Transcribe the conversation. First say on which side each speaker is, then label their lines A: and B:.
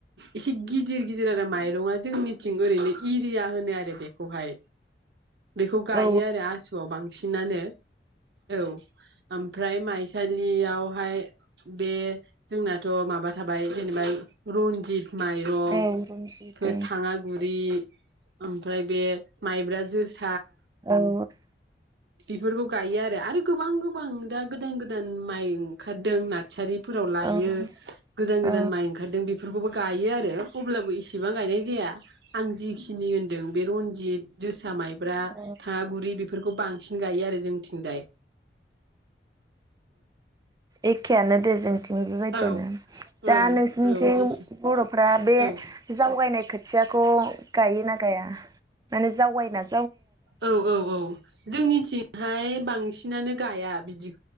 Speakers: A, on the right (about 75°); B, on the right (about 20°).
A: एसे गित दिर गिदिर आरो माइरङा जोंनिथिं ओरैनो इरिया होनो आरो बेखौहाय बेखौ गायो
B: औ
A: आरो आसुआव बांसिनानो। औ ओमफ्राय माइसालि बेयावहाय बे जोंनाथ' माबा थाबाय जेनेबा रन्जित माइरंफोर
B: औ रनजित
A: थाङागुरि ओमफ्राय बे माइब्रा जोसा
B: औ औ
A: बेफोरखौ गायो आरो। आरो गोबां गोबां दा गोदान गोदान माइ ओंखारदों ना सारिफोराव लायो
B: औ
A: गोदान
B: औ
A: गोदान माइ ओंखारदों बेफोरखौबो गायो आरो अब्लाबो इसिबां गायनाय जाया। आं जिखिनि होनदों बे रनजित जोसा माइ ब्रा
B: औ
A: थाङागुरि बेफोरखौ बांसिन गायो आरो जोंथिंजाय।
B: एखेयानो दे जों थिंबो बेबायदियानो
A: औ ओं
B: दा नोंसोरनिथिं
A: औ एखे
B: बर'फ्रा बे
A: औ
B: जावगायनाय खोथि खोथियाखौ गायोना गाया माने जावायना
A: औ औ औ जोंनिथिंहाय बांसिनानो गाया बिदि